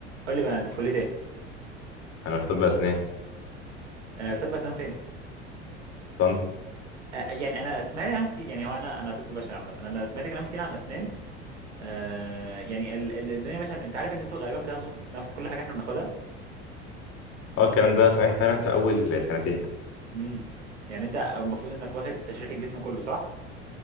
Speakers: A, on the right; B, on the left.
A: قول لي بقى انت في كليه ايه
B: انا في طب اسنان
A: آه، في طب اسنان فين
B: طنط
A: آه، يعني انا سمعت كلام كتير يعني هو انا انا طب بشري عامه انا سمعت كلام كتير عن اسنان آه، يعني ال- ال- الدنيا ماشيه انت عارف ان انتوا غالبا بتاخدوا نفس كل حاجه احنا بناخدها
B: اه الكلام ده صحيح فعلا في اول سنتين
A: امم يعني انت المفروض انك واخد تشريح الجسم كله صح